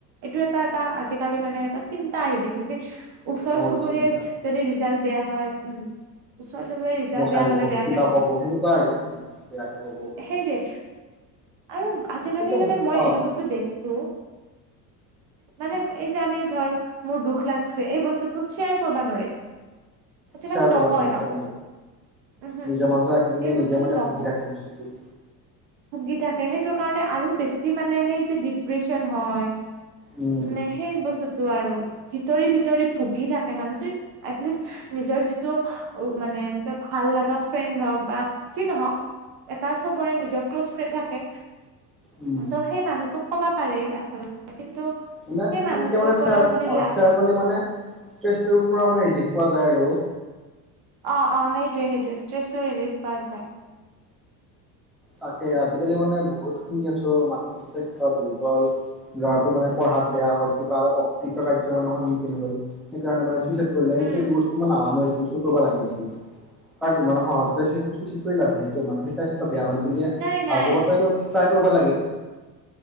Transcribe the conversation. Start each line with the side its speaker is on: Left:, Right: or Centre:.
Right: এইটো এটা এটা, আজিকালি মানে এটা চিন্তা আহি গৈছে, যে ওচৰ
Centre: বহুত
Right: চুবুৰীয়াৰ
Centre: চিন্তা
Right: যদি ৰিজাল্ট বেয়া হয়, উম। ওচৰ চুবুৰীয়াৰ ৰিজাল্ট
Centre: মোক
Right: বেয়া
Centre: হাঁহিব,
Right: হলে বেয়াকে
Centre: কিবা ক'ব সেনেকুৱা আৰু। বেয়াকে ক'ব।
Right: সেইটোৱে আৰু আজিকালি
Centre: কিন্তু
Right: মানে, মই
Centre: অ
Right: এইটো বস্তু দেখিছোঁ। মানে এই যে, আমি ধৰ, মোৰ দুখ লাগছে এই বস্তু টো শ্বেয়াৰ কৰবা নোৱাৰে, আজিকালি
Centre: শ্বেয়াৰ কৰিব
Right: নকয়
Centre: নোৱাৰি একদম
Right: কাকো। উমহু
Centre: নিজৰ মাজতে ৰাখি কিনে,
Right: এই বস্তুটো
Centre: নিজে মানে
Right: নকয়
Centre: ভুগি থাকে বস্তুটো।
Right: ভুগি থাকে, সেইটো কাৰণে আৰু বেছি মানে, সেই যে ডিপ্ৰচন হয়।
Centre: উম
Right: মানে সেই বস্তুতো আৰু, ভিতৰি, ভিতৰি ভুগি থাকে মানুহটোই এটলিষ্ট, নিজৰ যিটো, মানে ত', ভাল লগা ফ্ৰেণ্ড হওঁক বা যি নহওঁক, এটা চবৰে নিজৰ ক্ল'জ ফ্ৰেণ্ড থাকে।
Centre: উম
Right: ত' সেই মানুহটোক ক'বা পাৰে আচলতে, কিন্তু
Centre: এনে
Right: সেই মানুহটোৰ
Centre: সেনেকে মানে, শ্বেয়াৰ
Right: পৰাও
Centre: অ',
Right: যদি লাজ
Centre: শ্বেয়াৰ কৰলি মানে, ষ্ট্ৰেছটোৰ পৰা মানে ৰিলিফ পোৱা যায় আৰু।
Right: অ', অ', সেইটোৱে, সেইটোৱে ষ্ট্ৰেছটো ৰিলিফ পোৱা যায়।
Centre: তাকে আজিকালি মানে বহুত শুনি আছোঁ, মানসিক স্বাস্থ্য দুৰ্বল। ল'ৰাটো মানে পঢ়াত বেয়া হ'ল, কিবা হ'ল। অকৃতকাৰ্য মানে সন্মুখীন হ'ল। সেইকাৰণে মানে চুইচাইড কৰিলে, সেইটো,
Right: উম
Centre: এইটো বস্তু মই নামানোৱেই। হুলস্থুল কৰবা লাগে বুলি, কাৰণ, ইমান সহজতে চে চুইচাইড কৰি লাভ নাইটো, মানসিক স্বাস্থ্য বেয়া হ'ল বুলিয়ে,
Right: নাই
Centre: ভালটো
Right: নাই
Centre: কৰিব ট্ৰাই কৰিব লাগে।